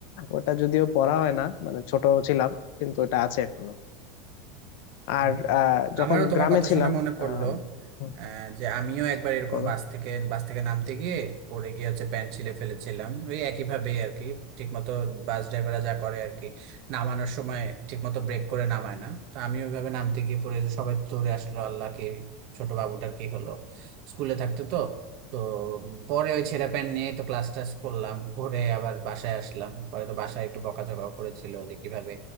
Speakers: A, on the left; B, on the right.
A: ওটা যদিও পরা হয় না মানে ছোট ছিলাম কিন্তু ওটা আছে এখনো
B: হুম।
A: আর আহ যখন
B: আমারও তোমার
A: গ্রামে
B: কথা
A: ছিলাম
B: শুনে মনে পড়লো
A: আহ হুম,
B: আহ, যে আমিও একবার এরকম
A: বলো।
B: বাস থেকে বাস থেকে নামতে গিয়ে পড়ে গিয়ে হচ্ছে প্যান্ট ছিলে ফেলেছিলাম ওই একই ভাবেই আর কি ঠিক মতো বাস ড্রাইভাররা যা করে আর কি নামানোর সময় ঠিক মতো ব্রেক করে নামায় না তো আমি ওইভাবে নামতে গিয়ে পড়ে গেছি, সবাই দৌড়ে আসলো আল্লাহ কি ছোট বাবুটার কি হলো স্কুলে থাকতে তো তো পরে ওই ছেঁড়া প্যান্ট নিয়ে তো ক্লাস টাস করলাম করে আবার বাসায় আসলাম পরে তো বাসায় একটু বকাঝকাও করেছিল যে কিভাবে